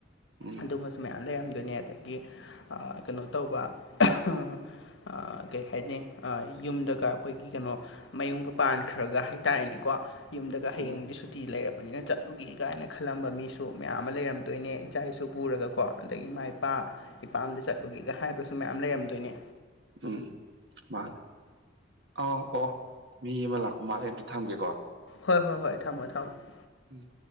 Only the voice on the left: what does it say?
ꯑꯗꯨꯝꯕꯖꯨ ꯃꯌꯥꯝ ꯂꯩꯔꯝꯗꯣꯏꯅꯦ ꯑꯗꯒꯤ ꯑ ꯀꯩꯅꯣ ꯇꯧꯕ <unintelligible> ꯑ ꯀꯩ ꯍꯥꯏꯅꯤ ꯑ ꯌꯨꯝꯗꯒ ꯑꯩꯈꯣꯏꯒꯤ ꯀꯩꯅꯣ ꯃꯌꯨꯝꯒ ꯄꯥꯟꯈ꯭ꯔꯒ ꯍꯥꯏꯇꯥꯔꯦꯅꯦꯀꯣ ꯌꯨꯝꯗꯒ ꯍꯌꯦꯡꯗꯤ
ꯁꯨ ꯇꯤ ꯂꯩꯔꯕꯅꯤꯅ ꯆꯠꯂꯨꯒꯦ ꯒꯥꯏꯅ ꯈꯜꯂꯝꯕ ꯃꯤꯁꯨ ꯃꯌꯥꯝꯃ ꯂꯩꯔꯝꯗꯣꯏꯅꯦ ꯏꯆꯥ ꯏꯁꯨ ꯄꯨꯔꯒꯀꯣ ꯑꯗꯒꯤ ꯏꯃꯥ ꯏꯄꯥ ꯏꯄꯥꯝꯗ ꯆꯠꯂꯨꯒꯦꯒ ꯍꯥꯏꯕꯁꯨ ꯃꯌꯥꯝ ꯂꯩꯔꯝꯗꯣꯏꯅꯦ
ꯍꯣꯏ ꯍꯣꯏ ꯍꯣꯏ ꯊꯝꯃꯣ ꯊꯝꯃꯣ